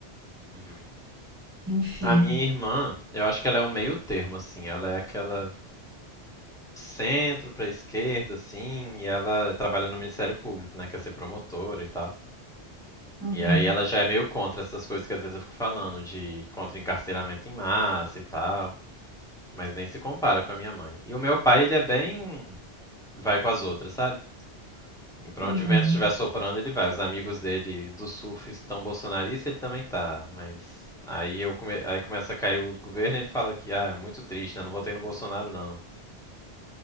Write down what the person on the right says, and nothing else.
Enfim.
Uhum,
uhum,